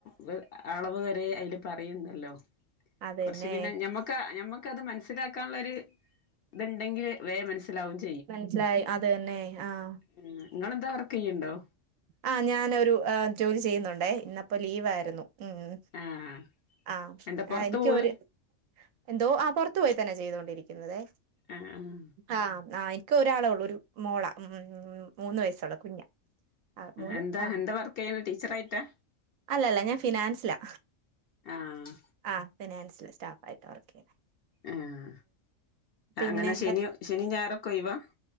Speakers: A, on the left (about 55°); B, on the right (about 75°).
A: വ് അ അളവ് വെരെ അയില് പറീണ്ടല്ലോ.
B: അതന്നെ
A: കൊറ്ച്ച് പിന്നെ ഞമ്മക്അ ഞമ കത് മൻസിലാക്കാള്ളെര് ഇത്ണ്ടെങ്കില് വേം മൻസിലാവും ചെ
B: മൻസ്സിലായി അതന്നെ ആഹ്
A: ഉം ങ്ങളെന്താ വർക്കിയ്യ്ണ്ടോ?
B: ആഹ് ഞാനൊരു അ ജോലി ചെയ്യ്ന്നുണ്ടേ ഇന്നപ്പോ ലീവായ്രുന്നു ഉം ഉം ഉം
A: ആഹ്
B: ആഹ്
A: എന്താ പൊറത്ത്
B: ആഹ് എനിക്കൊര്
A: പോവ
B: എന്തോ ആ പൊറ്ത്ത്പോയിത്തന്നെ ചെയ്തോണ്ടിരിക്ന്നതെ
A: ആഹ് ആഹ്
B: ആഹ് ആഹ് ഇൻക്ക് ഒരാളെ ഒള്ളൂ ഒരു മോളാ ഉ മൂന്ന് വയസ്സുള്ള കുഞ്ഞ ആ മൂന്ന്
A: എന്താ
B: ആ
A: എന്താ വർക്ക് ചെയ്യണെ ടീച്ചറായിട്ടാ
B: അല്ല അല്ല ഞാൻ ഫിനാൻസിലാ
A: ആഹ്
B: ആഹ് ഫിനാൻസിലെ സ്റ്റാഫ് ആയിട്ടാ വർക്കിയ്യണേ
A: ആഹ്
B: പിന്നെ
A: അങ്ങനെ ശനി ശനി ഞായറൊക്കെ ഒയിവാ